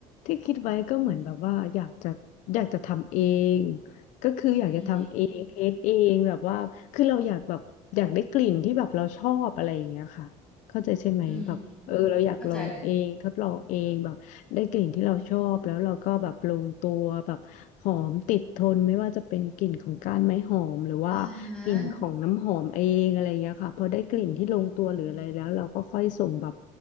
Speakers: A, on the left; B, in the centre.
A: ที่คิดไว้ก็เหมือนแบบว่าอยากจะอยากจะทำเอง
B: อืม
A: ก็คืออยากจะทำเองเทสเองแบบว่าคือเราอยากแบบอยากได้กลิ่นที่แบบเราชอบอะไรอย่างเงี้ยค่ะเข้าใจใช่ไหมแบบเออเราอยากลองเองทดลองเองแบบได้กลิ่นที่เราชอบแล้วเราก็แบบลงตัวแบบ
B: อืม อืมอืมเข้าใจเลย
A: หอมติดทนไม่ว่าจะเป็นกลิ่นของก้านไม้หอมหรือว่ากลิ่นของน้ำหอมเองอะไรเงี้ยค่ะพอได้กลิ่นที่ลงตัวหรืออะไรแล้วเราก็ค่อยส่งแบบ
B: อ่าอืมอืม